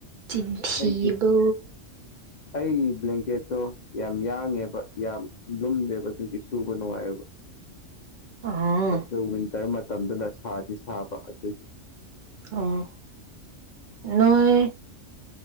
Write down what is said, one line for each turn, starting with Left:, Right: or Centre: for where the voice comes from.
Right: ꯆꯤꯟꯊꯤꯕ
Left: ꯑꯩꯒꯤ ꯑꯩ ꯕ꯭ꯂꯦꯡꯀꯦꯠꯇꯣ ꯌꯥꯝꯅ ꯌꯥꯡꯉꯦꯕ ꯌꯥꯝꯅ ꯂꯨꯝꯗꯦꯕ ꯑꯗꯨꯒꯤ ꯁꯨꯕ ꯅꯨꯡꯉꯥꯏꯌꯦꯕ
Right: ꯑꯥ
Left: ꯑꯗꫭ ꯋꯤꯟꯇꯔ ꯃꯇꯝꯗꯅ ꯁꯥꯗꯤ ꯁꯥꯕ ꯑꯗꯨꯒꯤ
Right: ꯑꯣ ꯅꯣꯏ